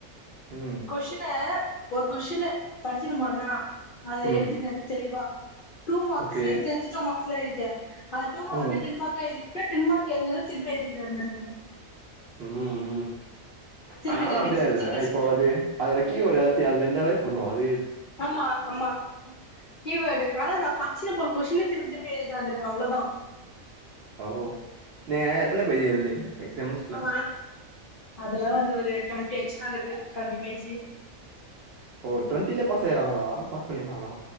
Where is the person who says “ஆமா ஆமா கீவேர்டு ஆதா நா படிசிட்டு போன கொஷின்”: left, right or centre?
Left